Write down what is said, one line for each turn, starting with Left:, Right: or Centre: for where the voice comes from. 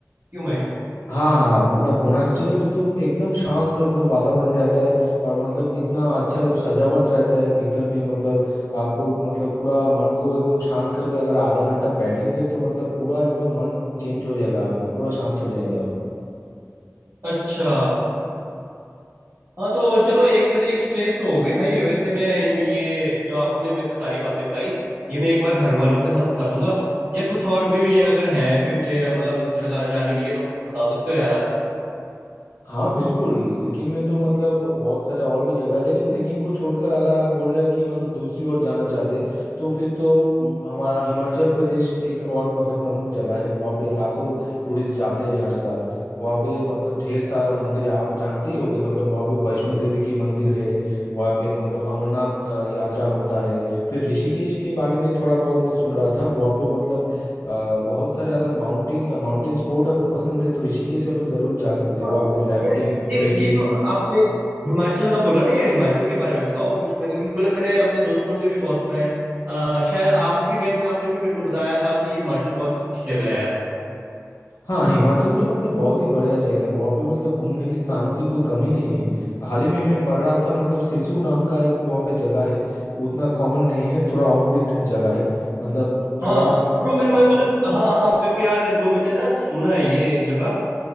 Right: क्यों भाई
Left: हाँ हाँ मतलब मोनास्ट्री में तो एकदम शांत एकदम वातावरण रहता है और मतलब इतना अच्छा सजावट रहता है भीतर में मतलब आपको मतलब पूरा मन को एकदम शांत करके अगर आधा घंटा बैठेंगे तो मतलब पूरा एकदम मन चेंज हो जाएगा आपका पूरा शांत हो जाएंगे आप
Right: अच्छा हाँ तो चलो एक एक प्लेस तो हो गई भाई वैसे मैं इन ये जो आपने मेरे को सारी बातें बताई ये मैं एक बार घर वालों के साथ बता दूंगा यार कुछ और भी अगर है कोई प्ले मतलब जगह जाने के लिए तो बता सकते हो यार आप
Left: हाँ बिल्कुल सिक्किम में तो मतलब बहुत सारे और भी जगह है लेकिन सिक्किम को छोड़कर अगर आप बोल रहे हैं कि मतलब दूसरी ओर जाना चाहते तो फिर तो म, हमारा हिमाचल प्रदेश एक और मतलब प्रमुख जगह है वहाँ पे लाखों टूरिस्ट जाते हैं हर साल वहाँ पे मतलब ढेर सारा मंदिर है आप जानते ही होंगे मतलब वहाँ पे वैष्णो देवी की मंदिर है वहाँ पे मतलब अमरनाथ अ, यात्रा होता है फिर ऋषिकेश के बारे में थोड़ा बहुत मैं सुन रहा था वहाँ पे मतलब अ, बहुत सारे अगर माउंटिंग माउंटेन स्पोर्ट आपको पसंद है तो ऋषिकेश आप जरूर जा सकते हैं
Right: हाँ
Left: वहाँ पे राफ्टिंग
Right: यार ये
Left: ट्रेकिंग
Right: ये जो आपने हिमाचल का बोला ना यार हिमाचल के बारे में बताओ कुछ मैंने मतलब मैंने अपने दोस्तों से भी बहुत सुना है आ, शायद आप भी गए थे आपने भी मेरे को बताया था कि हिमाचल बहुत अच्छी जगह है यार
Left: हाँ हिमाचल तो मतलब बहुत ही बढ़िया जगह है वहाँ पे मतलब घूमने की स्थानों की कोई कमी नहीं है हाल ही में मैं पढ़ रहा था मतलब सिसु नाम का एक वहाँ पे जगह है उतना कॉमन नहीं है थोड़ा ऑफ बीट जगह है मतलब
Right: हाँ
Left: थोड़ा अगर
Right: ब्रो मैंने मैं-
Left: आ-
Right: मतलब हाँ हाँ मेरे को याद है ब्रो मैंने ना सुना है ये जगह